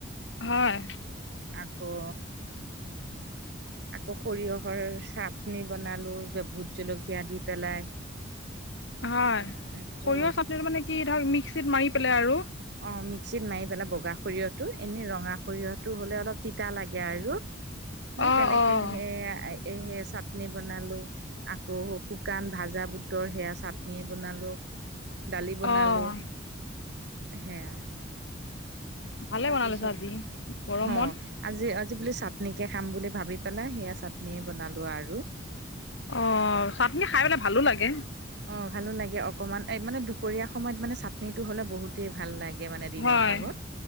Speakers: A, on the left; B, on the right.
A: হয়
B: আকৌ আকৌ সৰিয়হৰ চাটনি বনালো যে ভোট জলকীয়া দি পেলাই
A: হয় সৰিয়হ
B: আকৌ
A: চাটনিটো মানে কি ধৰক মিক্সিত মাৰি পেলাই আৰু
B: অ মিক্সিত মাৰি পেলাই বগা সৰিয়হটো এনে ৰঙা সৰিয়হটো হ'লে অলপ তিতা লাগে আৰু
A: <inaudible>
B: সেই তেনেকে
A: অ',
B: সেই এ আ এ চাটনি বনালো আকৌ শুকান ভাজা বুটৰ সেয়া চাটনি বনালো দালি বনালো
A: অ',
B: হেয়া
A: ভালে
B: তাৰপিছত
A: বনালে চোন আজি গৰমত
B: হ আজি আজি বুলি চাটনিকে খাম বুলি ভাবি পেলাই সেয়া চাটনিয়ে বনালো আৰু
A: অ চাটনি খাই পেলাই ভালো লাগে
B: অ ভালো লাগে অকণমান এই মানে দুপৰীয়া সময়ত মানে চাটনিটো হ'লে বহুতেই ভাল লা গে মানে দিনৰ
A: হয়,
B: ভাগত